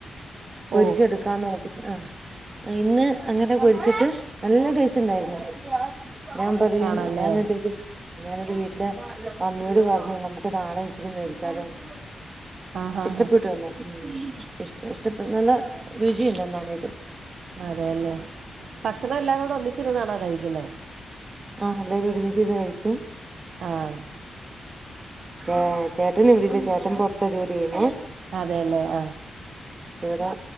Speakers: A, on the right; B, on the right.
A: പൊരിച്ചെടുക്കാന്ന്
B: ഓ
A: നോക്കിട്ട് ആ ഇന്ന് അങ്ങനെ പൊരിച്ചിട്ട് നല്ല ടേസ്റ്റ് ഉണ്ടായിരുന്നു ഞാൻ പറയും
B: ആണല്ലേ
A: ഞാൻ എന്നിട്ട് <unintelligible> ഞാനൊരു വീട്ടിലെ മമ്മിയോട് പറഞ്ഞു നമുക്ക് നാളെ ഇച്ചിരും മേടിച്ചാലോന്ന്
B: ആഹാ
A: ഇഷ്ടപ്പെട്ടുന്ന
B: ഹാ
A: ഇ ഇഷ്ടപ്പെ നല്ല രുചിയുണ്ട്നട്ടും <unintelligible>
B: അതെയല്ലെ ഭക്ഷണം എല്ലാരും കൂടെ ഒന്നിച്ചിരുന്നാണോ കഴിക്കിന്നെ
A: ആഹ് എല്ലാവരും ഒരുമിച്ചിരുന്ന് കഴിക്കും
B: ആഹ്
A: ഏ ചേട്ടൻ ഇവിടില്ല ചേട്ടൻ പൊറത്താ ജോലി ചെയ്യുന്നേ
B: അതെയല്ലേ ആഹ്
A: ഇവിടെ